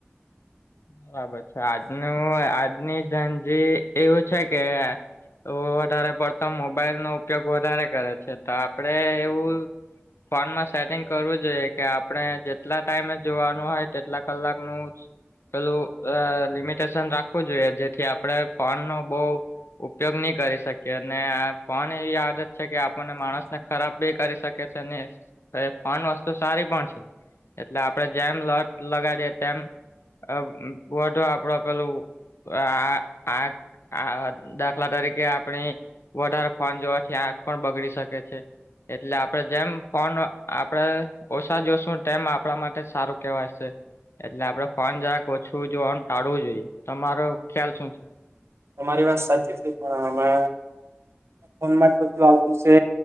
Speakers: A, on the left (about 80°); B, on the right (about 85°).
A: બરાબર છે આજનું આજની જેન ઝી એવું છે કે તો વધારે પડતો મોબાઈલ નો ઉપયોગ વધારે કરે છે તો આપડે એવું ફોનમાં સેટિંગ કરવું જોઈએ કે આપણે જેટલા ટાઈમે જોવાનું હોય તેટલા કલાકનું જ પેલું અ લિમિટેશન રાખવું જોઈએ જેથી આપણે ફોન નો બહુ ઉપયોગ નહી કરી શકીએ ને પણ એવી આદત છે કે આપણને માણસને ખરાબ બી કરી શકે છે ને ફોન વસ્તુ સારી પણ છે. એટલે આપડે જેમ લત લગાડીએ તેમ અ બ તો આપડો પેલું આ આ આ દાખલા તરીકે આપણી વધારે ફોન જોવાથી આંખ પણ બગડી શકે છે. એટલે આપડે જેમ ફોન આપડે ઓછા જોશું ટેમ આપણા માટે સારું કેવાય છે. એટલે આપડે ફન જરાક ઓછું જોવાનું ટાળવું જોઈએ તમારો ખ્યાલ શું છે.
B: તમારી વાત સાચી છે પણ અમે ફોનમાં જ બધું આવતું છે